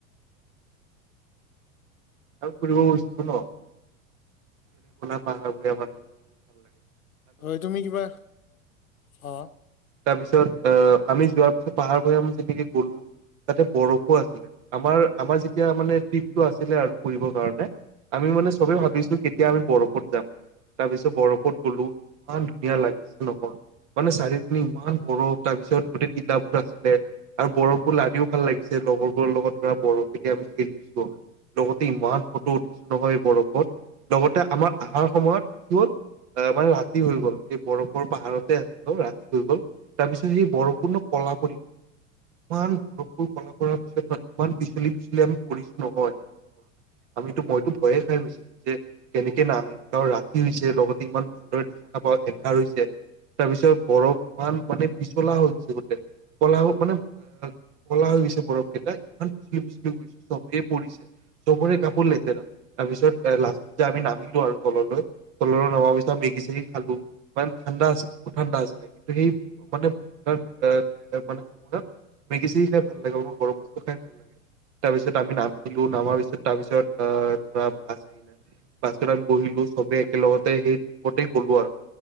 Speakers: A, on the right (about 55°); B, on the left (about 80°).
A: আৰু ফুৰিব গুছিলি ন াহৈ আম এই ভালাগে <unintelligible>
B: হয় তুমি কিবা অহ
A: তাৰপিছত আমি যোৱাৰ পিছত পাহাৰ বোৰ আমি যেনেকে গলো তাতে বৰফো আছিলে আমাৰ আমাৰ যেতিয়া মানে পিটটো আছিলে আৰু ফুৰিবৰ কাৰণে আমি মানে চবে
B: হয়
A: ভাবিছো কেতিয়া আমি বৰফ ফট যাম তাৰপিছত বৰফট গলো ইমান ধুনীয়া লাগিছে নহয় মানে চাৰিপিনে ইমান বৰফ তাৰপিছত গোটেই তিলাবোৰ আছিলে আৰু বৰফবোৰ লাৰিও ভাল লাগিছে লগৰবোৰৰ লগত ধৰা বৰফ লকে আমি খেলিছো লগতে ইমান ফটো উঠিছো নহয় এই বৰফত লগতে আমাৰ অহাৰ সময়ত কি হ'ল আহ মানে ৰাতি হৈ গল এই বৰফৰ পাহাৰতে আছিল অ ৰাতি হৈ গল তাৰপিছত সে বৰফবোৰ ন কলা পৰি গ'ল ইমান বৰফবোৰ কলা পৰাৰ পিছত ন ইমান পিছলি পিছলি আমি পৰিছো নহয় সেইটো সময়ত আমিতো মইতো ভয়ে খাই গৈছিলো যে কেনেকে নামিম কাৰণ ৰাতি হৈছে লগতে ইমান হই এন্ধাৰ হৈছে তাৰ পিছত বৰফ ইমান মানে পিছলা হৈ গৈছে গোটেই কলা মানে কলা হৈ গৈছে বৰফ কেইটা ইমান পিছলি পিছলি গৈছো চবেই পৰিছে চবৰে কাপোৰ লেতেৰা তাৰপিছত লাষ্টত যে আমি নামিলো আৰু তললৈ তল নমাৰ পিছত মেগি চেগি খালো মানে ঠাণ্ডা আছিল বহুত ঠাণ্ডা আছিলে কিন্তু সেই মানে ঠাণ্ডা মানে সময়ত মেগি চেগি খাই ভাল লাগে অলাৰ গৰম বস্তু খাই ভাল লাগে তাৰ পিছত আমি নামিলো নামাৰ পিছত তাৰ পিছত আহ ধৰা বাছ আহিলে বাছত আমি বহিলো চবে একেলগত সেই ট্ৰপতে গ'লো আৰু